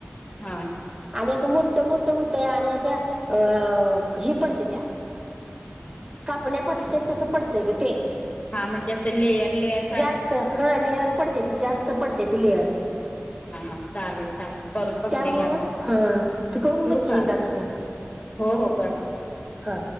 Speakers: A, on the left; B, on the right.
A: हा हा
B: कस मोठं मोठं होतय आणि अशा अ कशी पडते त्या कापण्या पडत तसं पडतंय ग ते
A: हा म्हणजे असं लेयर लेयर सारखं
B: जास्त
A: व्हायचं असेल.
B: हा लेअर पडते ती जास्त पडते ती लेअर
A: हा हा चालेल चालेल करून बघते
B: त्यामुळं
A: घ्या मी.
B: हा ते करून
A: ठेवू
B: बघकी
A: का?
B: एकदा तस
A: हो हो कर
B: हां